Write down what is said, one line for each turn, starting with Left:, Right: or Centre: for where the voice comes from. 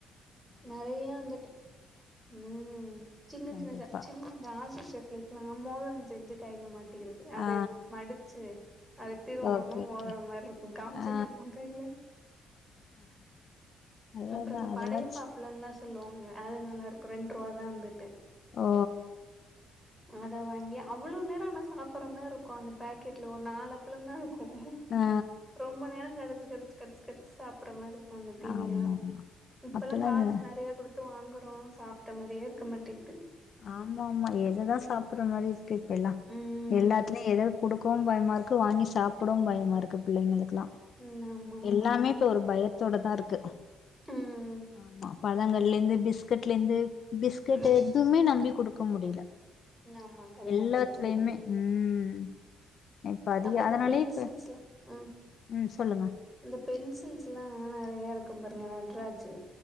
Centre: நறைய வந்துட்டு ம் சின்ன
Left: கண்டிப்பா
Centre: சின்ன ச சின்னதா ஆசுசு திட்ன மோதரோ செஞ்சு கையில மாட்டி க்குரது அது
Left: ஆ
Centre: மடிச்சு அது திருவுனம்னா
Left: ஓகே
Centre: மோதற
Left: ஓகே
Centre: மாரி இருகு காமிச்சுட்டு
Left: ஆ
Centre: இருப்போ கையில
Left: அததா
Centre: அப்புறம் இந்த
Left: அதெல்லா
Centre: படையப்பா
Left: ச்
Centre: அப்புலலா சொ சொல்லுவாங்க அது நல்லா இருக்கு ரெண்டு ரூவாதா வந்துட்டு
Left: ஓ
Centre: அத வாங்கி அவ்வளவு நேரோ ஆனா சாப்பிடற மாரி இருக்கு அந்த பேக்கெட்ல ஒரு நாலு அப்பளம் தா இருக்கு கு
Left: ஆ
Centre: ரொம்ப நேரோ கடிச்சு கடிச்சு கடிச்சு கடிச்சே சாப்பிடற மாரிருக்கு அந்த தீனீயெல்லா
Left: ஆமா ஆமா
Centre: இப்பல்லா
Left: அப்பல்லா
Centre: காசு
Left: இந்த
Centre: நறைய கொடுத்து பத்து வாங்குறோ சாப்ட்ட மாரியே இருக்க மாட்டேிக்கிட்டு
Left: ஆமா ஆமா எததா சாப்பற மாரி பி இப்ப எல்லா
Centre: ம்
Left: எல்லாத்துலேயு எதது குடுக்கு இப்பவு பயமா இருக்கு வாங்கி சாப்பவு ப்டவு பயமா இருக்கு பிள்ளைங்களுக்குெல்லா
Centre: ம் ஆமா ஆமா
Left: எல்லாமே இப்ப ஒரு பயத்தோட தா இருக்கு
Centre: ம்
Left: ஆமா பழங்கள்ல இருந்து பிஸ்கட்ல இருந்து பிஸ்கட்டு
Centre: ம்
Left: எதுவுமே நம்பி கொடுக்க முடில
Centre: ஆமா கண்டிப்பா
Left: எல்லாத்துலயுமே
Centre: கண்டிப்பா
Left: ம் இப்ப அதிக
Centre: அப்ப இந்த
Left: அதனாலயே
Centre: பென்சில்ஸ்லா
Left: இப்ப
Centre: ம்
Left: ம் சொல்லுங்க
Centre: இந்த பென்சில்ஸ் எல்லா நிறைய இருக்கு பாருங்க நட்ராஜு